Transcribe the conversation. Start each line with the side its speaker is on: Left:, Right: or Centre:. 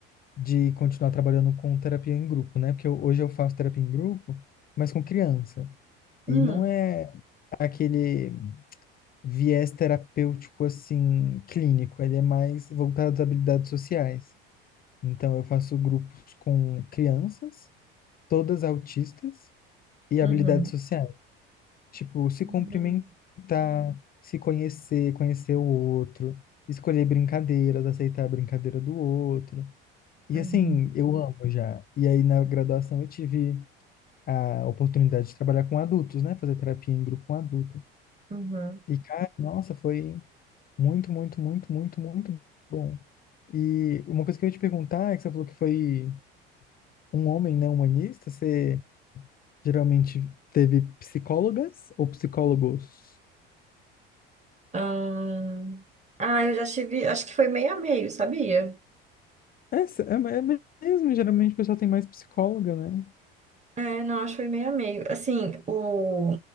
Left: de continuar trabalhando com terapia em grupo, né? Porque eu- hoje eu faço terapia em grupo, mas com criança.
Right: uhum,
Left: E não é aquele viés terapêutico, assim, clínico. Ele é mais voltado às habilidades sociais. Então, eu faço grupos com crianças, todas autistas, e
Right: uhum,
Left: habilidades sociais. Tipo, se
Right: uhum,
Left: cumprimentar, se conhecer, conhecer o outro, escolher brincadeiras, aceitar a brincadeira do outro. E
Right: uhum,
Left: assim, eu amo já. E aí na graduação eu tive a oportunidade de trabalhar com adultos, né? Fazer terapia em grupo com adulto.
Right: uhum.
Left: E cara, nossa, foi muito, muito, muito, muito, muito bom. E uma coisa que eu ia te perguntar é que você falou que foi um homem, né, humanista, você geralmente teve psicólogas ou psicólogos?
Right: Ahn, Ah, eu já tive, acho que foi meio a meio, sabia?
Left: É, se- é, é mesmo, geralmente o pessoal tem mais psicóloga, né?
Right: É, não, acho que foi meio a meio. Assim, o,